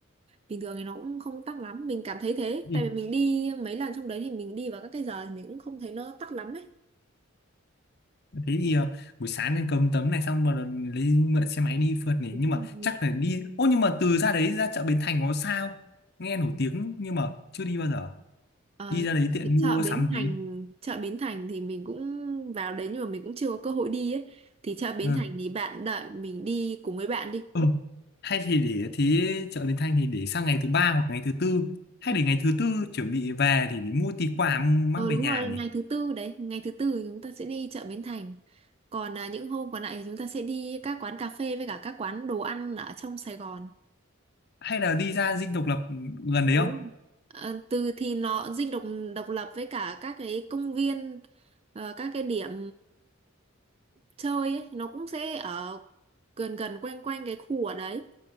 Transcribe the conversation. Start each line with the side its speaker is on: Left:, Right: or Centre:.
Right: bình thường thì nó cũng không tắc lắm mình cảm thấy thế
Left: thì
Right: tại vì mình đi mấy lần trong đấy thì mình đi vào các cái giờ thì mình cũng không thấy nó tắc lắm ấy
Left: thế thì ờ, buổi sáng nên cầm tấm này xong rồi lấy mượn xe máy đi phượt này
Right: Đúng
Left: nhưng mà
Right: rồi.
Left: chắc phải đi ô nhưng mà từ ra đấy ra chợ Bến Thành có sao nghe nổi tiếng nhưng mà chưa đi bao giờ
Right: Ờ,
Left: đi ra đấy tiện
Right: cái chợ
Left: mua sắm
Right: Bến
Left: tí
Right: Thành chợ Bến Thành thì mình cũng vào đấy nhưng mà mình cũng chưa có cơ hội đi ấy thì chợ Bến
Left: ừ.
Right: Thành thì bạn đợi mình đi cùng với bạn đi
Left: ừ. hay thì để thế chợ Bến Thành thì để sang ngày thứ ba hoặc ngày thứ tư hay
Right: Ừ.
Left: để ngày thứ tư chuẩn bị về thì để mua tí quà mang
Right: ờ
Left: về
Right: đúng
Left: nhà
Right: rồi
Left: nhỉ
Right: ngày thứ tư đấy ngày thứ tư thì chúng ta sẽ đi chợ Bến Thành còn à, những hôm còn lại thì chúng ta sẽ đi các quán cà phê với cả các quán đồ ăn ở trong Sài Gòn
Left: hay là đi ra Dinh Độc Lập gần đấy
Right: Đúng
Left: không
Right: rồi. Ờ, từ thì nó dinh độc độc lập với cả các cái công viên ờ, các cái điểm chơi ấy, nó cũng sẽ ở gần gần quanh quanh cái khu ở đấy